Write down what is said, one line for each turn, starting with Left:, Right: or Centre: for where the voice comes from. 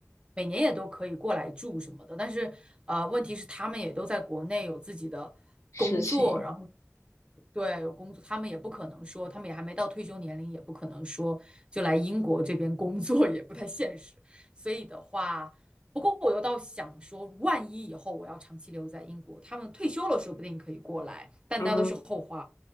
Right: 每年也都可以过来住什么的，但是呃，问题是他们也都在国内有自己的工作，
Left: 事情，
Right: 然后对，有工作，他们也不可能说，他们也还没到退休年龄，也不可能说就来英国这边工作，也不太现实。所以的话，不过我又倒想说，万一以后我要长期留在英国，他们退休了，说不定可以过来，但那都是后话，
Left: 啊，